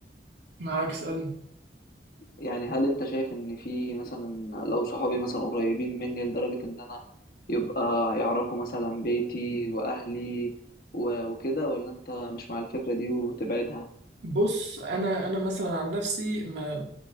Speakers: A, on the right; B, on the left.
A: معاك اسألني
B: يعني هل انت شايف ان في مثلا لو صحابي مثلا قريبين مني لدرجه ان انا يبقى يعرفوا مثلا بيتي واهلي و- وكده ولا انت مش مع الفكره دي وتبعدها
A: بص انا انا مثلا عن نفسي ما